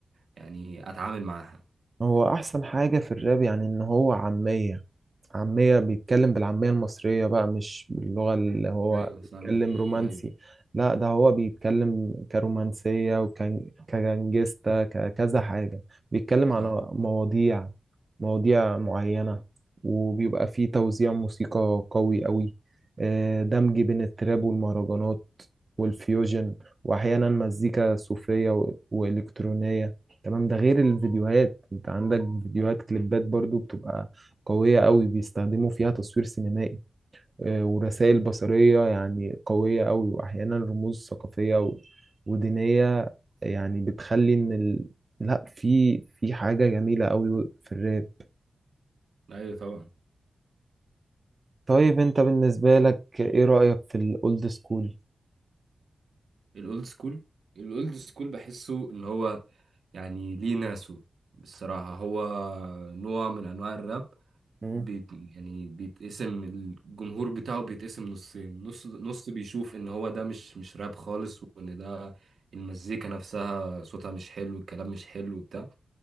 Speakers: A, on the right (about 75°); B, on the right (about 40°).
A: يعني اتعامل معاها
B: هو أحسن حاجة في الراب يعني إن هو عامية عامية بيتكلم بالعامية المصرية بقى مش باللغة اللي هو
A: ايوه صح
B: بيتكلم
A: مش
B: رومانسي
A: ايوه
B: لا ده هو بيتكلم كرومانسية وكان كجانجستا ككذا حاجة بيتكلم على
A: صح
B: مواضيع مواضيع معينة وبيبقى فيه توزيع موسيقى قوي قوي آه، دمج بين التراب والمهرجانات والفيوجن وأحيانا مزيكا صوفية و- وإلكترونية تمام ده غير الفيديوهات
A: مم.
B: انت عندك فيديوهات كليبات برضو بتبقى قوية قوي بيستخدموا فيها تصوير سينمائي آه، ورسائل بصرية يعني قوية قوي وأحيانا رموز ثقافية و- ودينية يعني بتخلي إن ال... لا في في حاجة جميلة قوي في الراب
A: ايوه طبعا
B: طيب أنت بالنسبة لك إيه رأيك في الأولد سكول؟
A: الاولد سكول الاولد سكول بحسه ان هو يعني ليه ناسه بصراحه هو نوع من انواع الراب
B: مم،
A: بيت يعني بيتقسم الجمهور بتاعه بيتقسم نصين نص نص بيشوف ان هو ده مش مش راب خالص وان ده المزيكا نفسها صوتها مش حلو الكلام مش حلو وبتاع